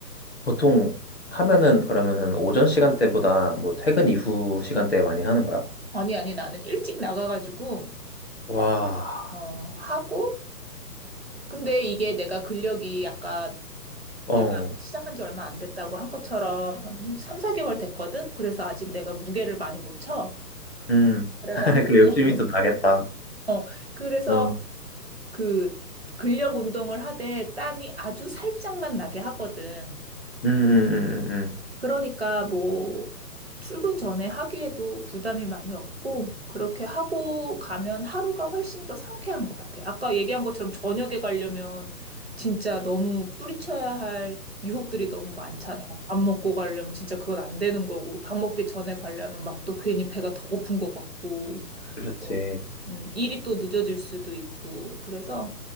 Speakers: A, on the left; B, on the right.
A: 보통 하면은 그러면은 오전 시간대보다 뭐 퇴근 이후 시간대에 많이 하는 거야?
B: 아니, 아니, 나는 일찍 나가가지고
A: 와,
B: 어, 하고 근데 이게 내가 근력이 아까
A: 어,
B: 내가 시작한 지 얼마 안 됐다고 한 것처럼 한 3, 4개월 됐거든? 그래서 아직 내가 무게를 많이 못 쳐.
A: 음.
B: 그래가지고,
A: <laughs> 그 욕심이
B: <laughs>
A: 또 나겠다.
B: 어, 그래서
A: 어,
B: 그 근력 운동을 하되 땀이 아주 살짝만 나게 하거든.
A: 음, 음, 음, 음. 음.
B: 그러니까 뭐 출근 전에 하기에도 부담이 많이 없고 그렇게 하고 가면 하루가 훨씬 더 상쾌한 것 같아. 아까 얘기한 것처럼 저녁에 가려면 진짜 너무 뿌리쳐야 할 유혹들이 너무 많잖아. 밥 먹고 가려면 진짜 그건 안 되는 거고 밥 먹기 전에 가려면 막 또 괜히 배가 더 고픈 것 같고
A: 그렇지.
B: 뭐, 음, 일이 또 늦어질 수도 있고 그래서